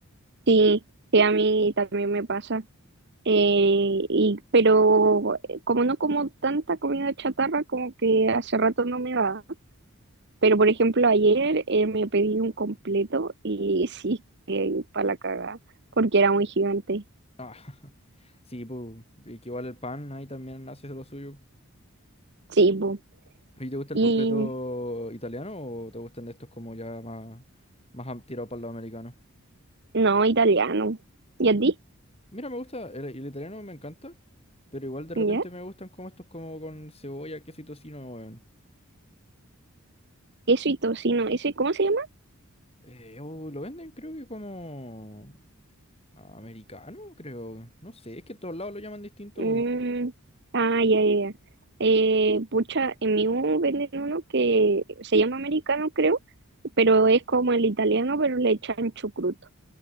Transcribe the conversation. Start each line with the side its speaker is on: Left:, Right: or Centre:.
Right: Sí, sí, a mí también me pasa. Eh, y, pero eh, como no como tanta comida chatarra, como que hace rato no me va. Pero por ejemplo, ayer eh, me pedí un completo y sí, para la cagada, porque era muy gigante.
Left: Ah, sí, pues. Y que igual el pan ahí también hace lo suyo.
Right: Sí, po.
Left: ¿Y te gusta el
Right: Y
Left: completo italiano o te gustan de estos como ya más, más am- tirado para el lado americano?
Right: no, italiano. ¿Y a ti?
Left: Mira, me gusta, el, el italiano me encanta, pero igual de repente
Right: ¿Ya?
Left: me gustan como estos como con cebolla, queso y tocino, weón.
Right: Queso y tocino. ¿Ese cómo se llama?
Left: Eh, oh, lo venden creo que como... Americano, creo. No sé, es que en todos lados lo llaman distinto,
Right: Mm,
Left: bueno.
Right: ah, ya, ya, ya. Eh, pucha, en mi U venden uno que se llama americano, creo, pero es como el italiano, pero le echan chucrut.